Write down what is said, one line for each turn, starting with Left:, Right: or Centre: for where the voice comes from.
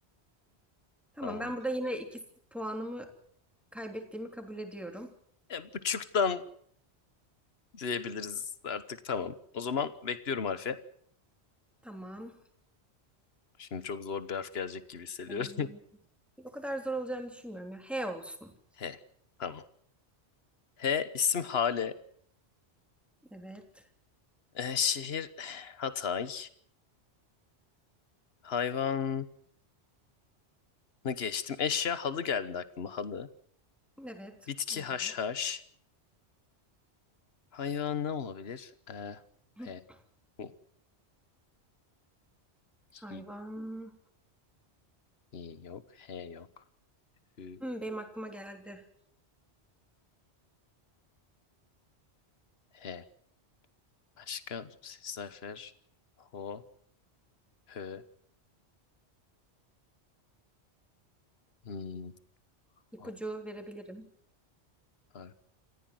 Centre: Tamam
Left: Tamam.
Centre: ben burada yine iki puanımı kaybettiğimi kabul ediyorum.
Left: E, bu çuktan diyebiliriz artık tamam. O zaman bekliyorum harfi.
Centre: Tamam.
Left: Şimdi çok zor bir harf gelecek gibi hissediyorum.
Centre: Ee, o kadar zor olacağını düşünmüyorum ya. H olsun.
Left: <laughs> H. Tamam. H isim Hale.
Centre: Evet.
Left: E, şehir Hatay. Hayvanı geçtim. Eşya halı geldi aklıma halı.
Centre: Evet.
Left: Bitki
Centre: Olur.
Left: haşhaş. Hayvan ne olabilir? E,
Centre: <laughs>
Left: P. Hu.
Centre: Hayvan.
Left: Hi. Hi yok. H yok. Hü.
Centre: Hmm, benim aklıma geldi.
Left: H. Başka ses harfler. Ho. Hö. Hmm.
Centre: İpucu
Left: ha,
Centre: verebilirim.
Left: har-